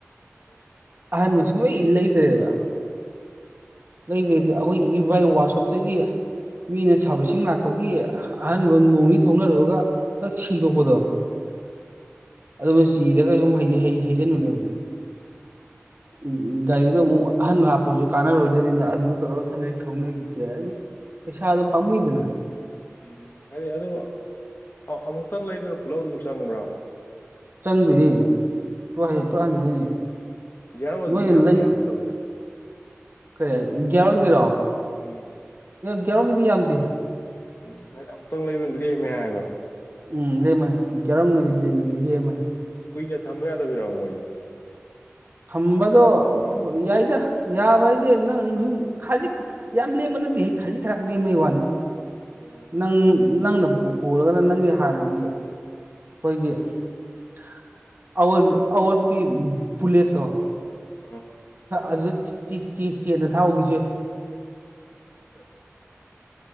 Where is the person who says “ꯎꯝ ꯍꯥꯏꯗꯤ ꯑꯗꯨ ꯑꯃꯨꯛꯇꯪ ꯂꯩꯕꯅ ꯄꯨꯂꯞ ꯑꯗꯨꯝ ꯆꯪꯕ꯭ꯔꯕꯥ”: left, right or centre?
Left